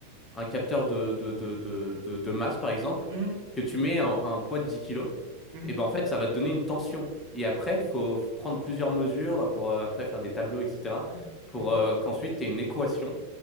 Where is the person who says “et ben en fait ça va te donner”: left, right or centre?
Left